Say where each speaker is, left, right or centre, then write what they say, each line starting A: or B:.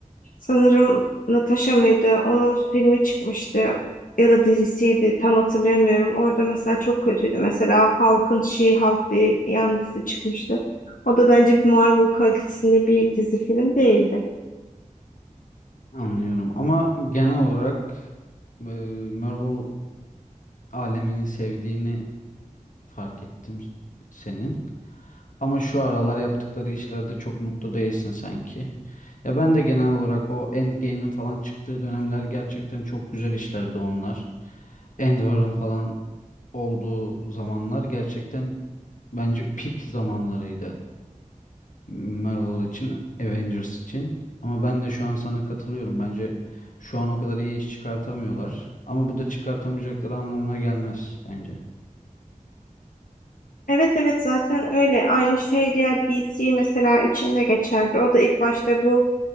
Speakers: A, on the left; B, on the left.
A: Sanırım Natasha mıydı? Onun filmi çıkmıştı ya da dizisiydi tam hatırlamıyorum. Orada mesela çok kötüydü. Mesela Hulk'ın She-Hulk diye yan dizi çıkmıştı. O da bence bir Marvel kalitesinde bir dizi film değildi.
B: Anlıyorum ama genel olarak e, Marvel alemini sevdiğini fark ettim senin. Ama şu aralar yaptıkları işlerde çok mutlu değilsin sanki. Ya ben de genel olarak o Endgame'in falan çıktığı dönemler gerçekten çok güzel işlerdi onlar. Endvar'ın falan olduğu zamanlar gerçekten bence peak zamanlarıydı Marvel için, Avengers için. Ama ben de şu an sana katılıyorum. Bence şu an o kadar iyi iş çıkartamıyorlar. Ama bu da çıkartamayacakları anlamına gelmez bence.
A: Evet evet zaten öyle. Aynı şey diğer DC mesela içinde geçerli. O da ilk başta bu